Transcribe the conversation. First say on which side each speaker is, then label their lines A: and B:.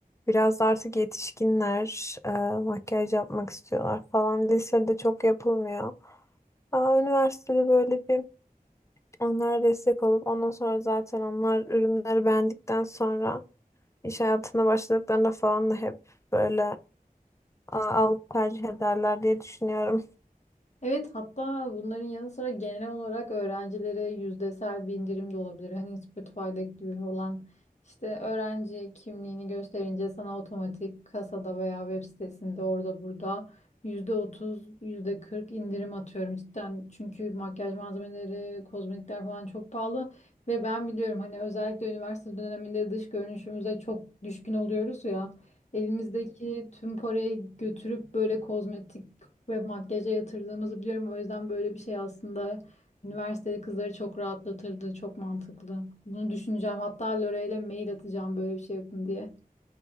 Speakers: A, on the left (about 20°); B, on the left (about 50°).
A: biraz da artık yetişkinler e, makyaj yapmak istiyorlar falan. Lisede çok yapılmıyor. Aa, üniversitede böyle bir onlara destek olup ondan sonra zaten onlar ürünleri beğendikten sonra iş hayatına başladıklarında falan da hep böyle aa, alıp tercih ederler diye düşünüyorum.
B: Evet hatta bunların yanı sıra genel olarak öğrencilere yüzdesel bir indirim de olabilir. Hani Spotify'daki gibi olan işte öğrenci kimliğini gösterince sana otomatik kasada veya web sitesinde orada burada yüzde otuz, yüzde kırk indirim atıyorum cidden. Çünkü makyaj malzemeleri, kozmetikler falan çok pahalı ve ben biliyorum hani özellikle üniversite döneminde dış görünüşümüze çok düşkün oluyoruz ya. Elimizdeki tüm parayı götürüp böyle kozmetik ve makyaja yatırdığımızı biliyorum. O yüzden böyle bir şey aslında üniversitede kızları çok rahatlatırdı. Çok mantıklı. Bunu düşüneceğim. Hatta Lore'yle mail atacağım böyle bir şey yapın diye.